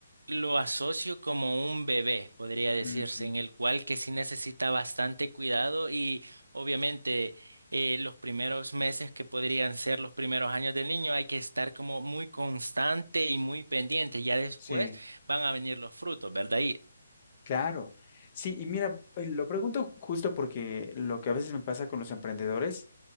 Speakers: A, on the right; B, on the left.
A: lo asocio como un bebé, podría decirse,
B: Ujú.
A: en el cual que sí necesita bastante cuidado y obviamente eh, los primeros meses que podrían ser los primeros años del niño hay que estar como muy constante y muy pendiente. Ya después
B: Sí,
A: van a venir los frutos, ¿verdad? Y,
B: claro. Sí, y mira, eh, lo pregunto justo porque lo que a veces me pasa con los emprendedores